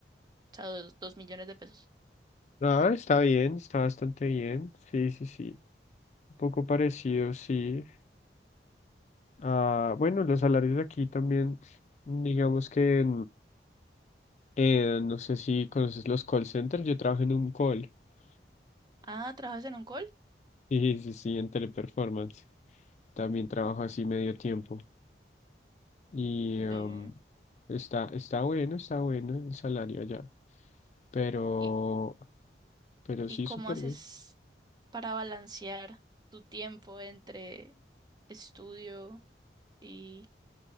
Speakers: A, on the right; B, on the left.
A: O sea, dos, dos millones de pesos.
B: Ah, está bien, está bastante bien. Sí, sí, sí. Un poco parecido, sí. Ah, bueno, los salarios de aquí también, digamos que... Eh, no sé si conoces los call centers, yo trabajo en un call. <laughs>
A: Ah, ¿trabajas en un call?
B: Sí, sí, sí, en Teleperformance. También trabajo así medio tiempo. Y
A: Ve.
B: em, está, está bueno, está bueno el salario allá. Pero,
A: ¿Y,
B: pero
A: y
B: sí,
A: cómo
B: súper
A: haces
B: bien.
A: para balancear tu tiempo entre estudio y,